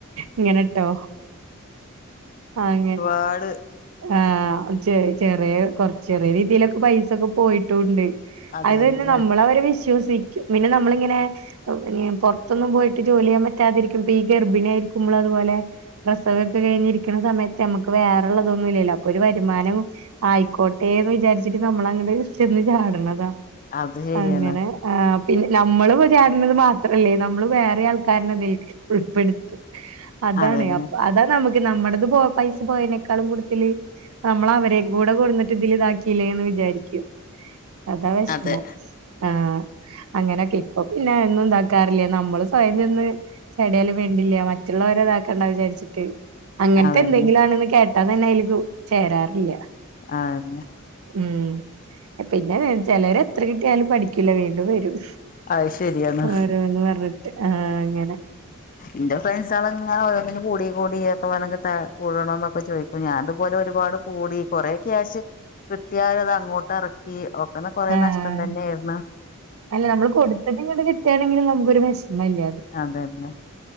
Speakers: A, on the right (about 80°); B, on the left (about 40°).
A: ഇങ്ങനട്ടോ ആങ്ങനെ.
B: കാട്
A: ആഹ് ചെറിയ കൊറച് ചെറിയെ രീതിയിലൊക്കെ പൈസൊക്കെ പോയിട്ടുംണ്ട്
B: അതന്നെ
A: അത് തന്നെ നമ്മള് അവരെ വിശ്വസിക്കും പിന്നെ നമ്മളിങ്ങനെ. പുറത്തൊന്നും പോയിട്ട് ജോലി ചെയ്യാൻ പറ്റാതിരിക്കും പ്പൊ ഈ ഗർഭിണിയാ യിരിക്കുമ്പോൾ അതുപോലെ പ്രസവമൊക്കെ കഴിഞ്ഞിരിക്കുന്ന സമയത്ത് നമുക്ക് വേറെള്ളതൊന്നും ഇല്ലല്ലോ അപ്പൊ ഒരു വരുമാനം ആയിക്കോട്ടെന്ന് വിചാരിച്ചിട്ട് നമ്മൾ അങ്ങട് ചെന്ന് ചാട്ണതാ
B: അത് ശരിയാണ്
A: അങ്ങനെ ആഹ് പിന്നെ നമ്മള്ചാട്ന്നത് മാത്രല്ലേ നമ്മള് വേറെ ആൾക്കാര്നെതിൽ ഉൾപ്പെടു- അതാണ്
B: അതന്നെ
A: അതാ നമ്മുക്ക് നമ്മടത് പോ പൈസ പോയതിനേക്കാളും കൂടതില് നമ്മള് അവരെ കൂടെ കൊടന്നിട്ട് ഇതില് ഇതാക്കില്ലേ എന്ന് വിചാരിക്കും അതാ വെഷമം.
B: അതെ
A: ആഹ് അങ്ങനെയൊക്കെ ഇപ്പൊ പിന്നെ ഒന്നും ഇതാക്കാറില്ല നമ്മള് സ്വയം ചെന്ന്- ചാടിയാലും വേണ്ടില്ല മറ്റുള്ളവരെ ഇതാക്കണ്ട വിചാര്ച്ചിട്ട് അങ്ങൻത്തെ
B: അതന്നെ
A: എന്തെങ്കിലും ആണന്ന് കേട്ടാ തന്നെ അതിൽക്ക് ചേരാറില്ല
B: ആഹ് അതെന്നെ
A: ഉം പിന്നെ ചെലര് എത്ര കിട്ടിയാലും പഠിക്കൂല വീണ്ടും വരും
B: അത് ശരിയാണ്
A: ഓരോന്ന് പറഞ്ഞിട്ട് ആഹ് അങ്ങനെ.
B: ഇന്റെ ഫ്രണ്ട്സാള് ഇങ്ങനെ ഓരോന്നിനും കൂടി കൂടി ഒക്കെ പറഞ് കൂടണോ എന്നൊക്കെ ചോദിക്കും ഞാന അതുപോലെ ഒരുപാട് കൂടി കൊറേ ക്യാഷ് കിട്ടിയാൽ അത് അങ്ങോട്ട് എറ ക്കി ഓക്കന്ന് കൊറേ
A: ആഹ്
B: നഷ്ട്ടം തന്നെയായിരുന്നു.
A: അല്ല നമ്മള് കൊടുത്തിട്ടു ഇങ്ങട്ട് കിട്ട്യാണെണെങ്കിൽ നമുക്ക് ഒരു വെഷമില്ല.
B: അതെന്നെ